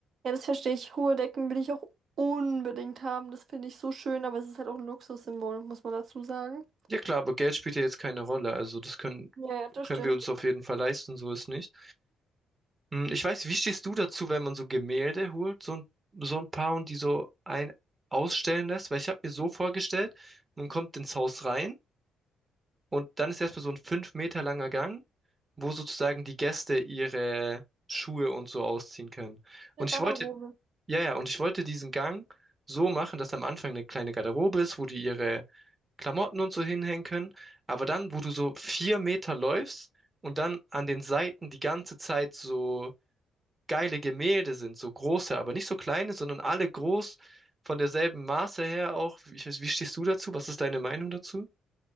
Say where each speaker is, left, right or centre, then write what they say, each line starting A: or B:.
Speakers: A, on the right; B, on the right.
A: Ja, das verstehe ich. Hohe Decken will ich auch unbedingt haben. Das finde ich so schön, aber es ist halt auch ein Luxussymbol, muss man dazu sagen.
B: Ja klar, aber Geld spielt ja jetzt keine Rolle. Also das können,
A: Ja, ja, das
B: können
A: stimmt.
B: wir uns auf jeden Fall leisten, so ist nicht. Hm, Ich weiß, wie stehst du dazu, wenn man so Gemälde holt, so ein, so ein paar und die so ein ausstellen lässt? Weil ich habe mir so
A: In
B: vorgestellt, man kommt ins Haus rein und dann ist erstmal so ein fünf Meter langer Gang, wo sozusagen die Gäste ihre Schuhe und so ausziehen können.
A: der
B: Und
A: Garderobe.
B: ich wollte, ja, ja, und ich wollte diesen Gang so machen, dass am Anfang eine kleine Garderobe ist, wo die ihre Klamotten und so hinhängen können. Aber dann, wo du so vier Meter läufst und dann an den Seiten die ganze Zeit so geile Gemälde sind, so große, aber nicht so kleine, sondern alle groß von derselben Maße her auch. Ich weiß, wie stehst du dazu? Was ist deine Meinung dazu?